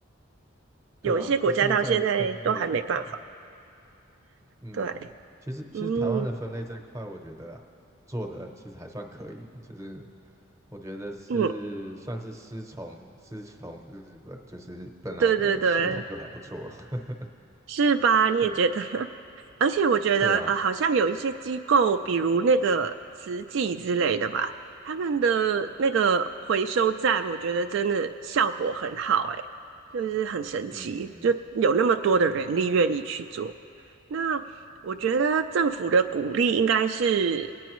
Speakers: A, on the right (about 65°); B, on the right (about 15°).
A: 有一些国家到现在都还没办法。
B: 对啊，就是在分类这一块，嗯，
A: 对，
B: 其实其实台湾的分类这一块，
A: 嗯
B: 我觉得做的其实还算可以，就是我觉得是算是师从师从日本，
A: 嗯，
B: 就是本来的血统就还不错。
A: 对对对。
B: <laughs>
A: 是吧？你也觉得？
B: 对
A: <laughs> 而且我觉得，
B: 对啊，
A: 呃，好像有一些机构，比如那个慈济之类的吧，他们的那个回收站，我觉得真的效果很好、欸，诶，就是很神奇，
B: 嗯，
A: 就有那么多的人力愿意去做。那我觉得政府的鼓励应该是